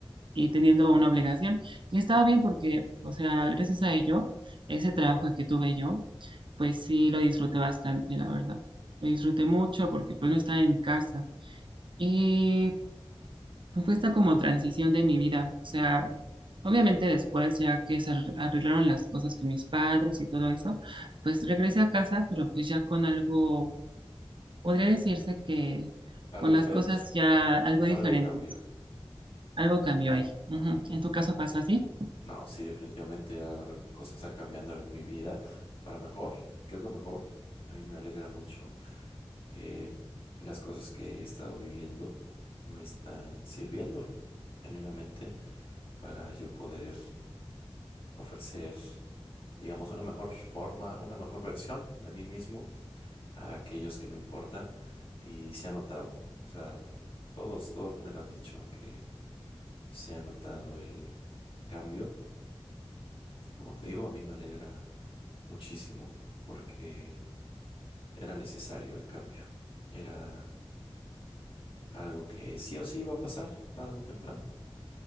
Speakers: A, on the right; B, on the left.
A: y teniendo una obligación. Y estaba bien porque, o sea, gracias a ello, ese trabajo que tuve yo, pues sí lo disfruté bastante, la verdad. Lo disfruté mucho porque pues no estaba en mi casa. Y fue esta como transición de mi vida. O sea, obviamente después, ya que se ar- arreglaron las cosas con mis padres y todo eso, pues regresé a casa, pero pues ya con algo, podría decirse que
B: algo
A: con
B: diferente,
A: las cosas ya algo
B: algo
A: diferentes.
B: cambió.
A: Algo cambió ahí. Ujú.
B: Ujú.
A: ¿En tu caso pasó así?
B: No, sí, definitivamente ya cosas han cambiando en mi vida para mejor, que es lo mejor. A mí me alegra mucho que las cosas que he estado viviendo me están sirviendo genuinamente para yo poder ofrecer, digamos, una mejor forma, una mejor versión de mí mismo a aquellos que me importan y se ha notado. O sea, todos, todos me lo han dicho que se ha notado el cambio y como te digo, a mí me alegra muchísimo porque era necesario el cambio. Era algo que sí o sí iba a pasar tarde o temprano